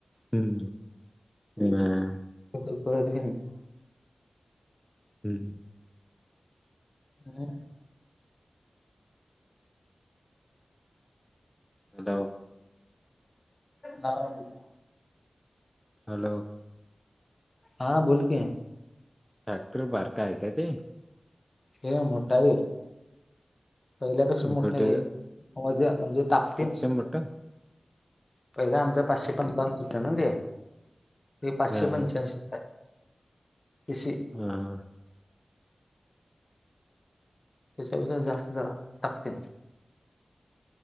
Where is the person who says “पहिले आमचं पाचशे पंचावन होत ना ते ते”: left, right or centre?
Left